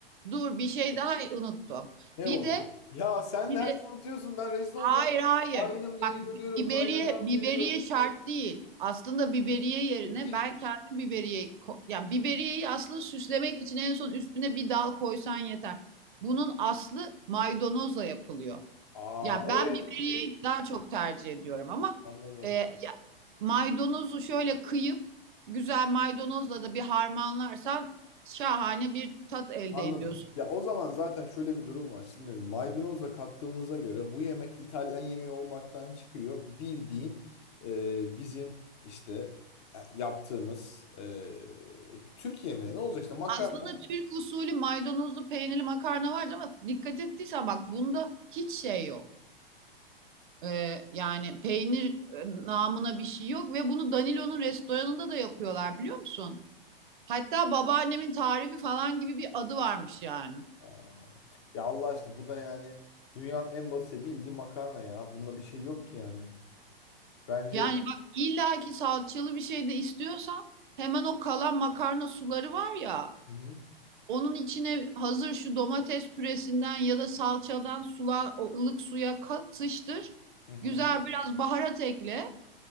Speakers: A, on the right (about 55°); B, on the left (about 30°).
A: Dur bir şey daha unuttum.
B: ne
A: Bir
B: olur?
A: de
B: Ya sen
A: bir
B: de her
A: de
B: şeyi unutuyorsun. Ben rezil
A: hayır
B: olacağım.
A: hayır.
B: Kaynım geliyor
A: Bak
B: diyorum.
A: biberiye
B: Kaynatam
A: biberiye
B: geliyor.
A: şart değil. Aslında biberiye yerine
B: Kekik.
A: ben kendim biberiye ko- ya biberiyeyi aslında süslemek için en son üstüne bir dal koysan yeter. Bunun aslı maydanozla yapılıyor.
B: Aa
A: Ya
B: evet.
A: ben biberiyeyi daha çok tercih ediyorum ama
B: Anladım.
A: e, maydanozu şöyle kıyıp güzel maydanozla da bir harmanlarsan şahane bir tat elde
B: Anladım.
A: ediyorsun.
B: Ya o zaman zaten şöyle bir durum var. Şimdi maydanozla kattığımıza göre bu yemek İtalyan yemeği olmaktan çıkıyor. Bildiğin e, bizim işte e, yaptığımız e, Türk yemeği ne olacak işte makarna
A: Aslında Türk usulü maydanozlu peynirli makarna vardı ama dikkat ettiysen bak bunda hiç şey yok. Ee, yani peynir e, namına bir şey yok ve bunu Danilo'nun restoranında da yapıyorlar biliyor musun? Hatta babaannemin tarifi falan gibi bir adı varmış yani.
B: Aa. Ya Allah aşkına bu da yani dünyanın en basit bildiği makarna ya. Bununla bir şey yok ki yani. Bence
A: Yani bak illaki salçalı bir şey de istiyorsan hemen o kalan makarna suları var ya
B: Hı hı.
A: Onun içine hazır şu domates püresinden ya da salçadan sula, ılık suya katıştır.
B: Hı hı.
A: Güzel biraz baharat ekle.